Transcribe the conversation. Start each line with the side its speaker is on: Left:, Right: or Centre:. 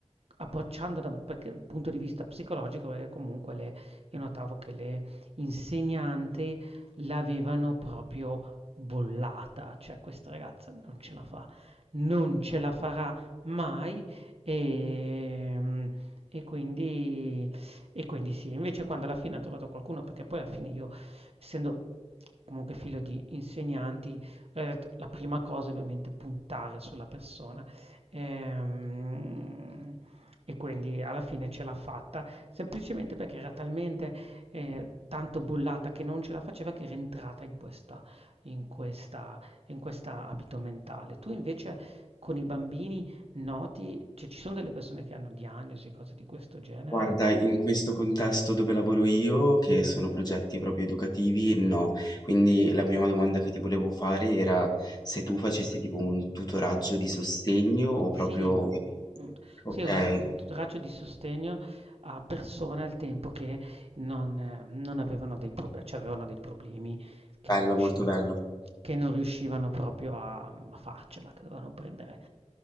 Right: approcciando da un perché- punto di vista psicologico, perché comunque le- io notavo che le insegnanti l'avevano proprio bollata, cioè questa ragazza non ce la fa, non ce la farà mai e, e quindi, e quindi sì, invece quando alla fine ha trovato qualcuno, perché poi alla fine io, essendo comunque figlio di insegnanti, ho detto, la prima cosa è ovviamente puntare sulla persona. Ehm, e quindi alla fine ce l'ha fatta, semplicemente perché era talmente eh, tanto bollata che non ce la faceva che era entrata in questa in questa in questa abito mentale. Tu invece con i bambini noti cioè ci son delle persone che hanno diagnosi, cose di questo genere?
Left: Guarda, in questo contesto dove lavoro io, che sono progetti proprio educativi, no. Quindi la prima domanda che ti volevo fare era se tu facessi tipo un tutoraggio di sostegno o
Right: Sì,
Left: proprio...
Right: mhmm,
Left: Ok,
Right: sì, è una specie di tutoraggio di sostegno a persone al tempo che non eh, non avevano dei proble cioè avevano dei problemi che
Left: bello,
Right: non riusciva
Left: molto bello.
Right: che non riuscivano proprio a a farcela, che dovevano prendere